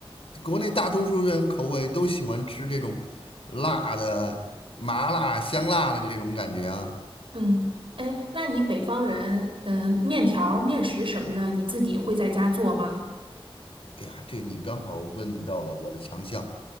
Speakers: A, on the left; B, on the right.
A: 国内大多数人口味都喜欢吃这种辣的、麻辣、香辣的这种感觉啊。
B: 嗯，哎，那你北方人，呃，面条儿面食什么的，你自己会在家做吗？
A: 哎呀，这你刚好问到了我的强项。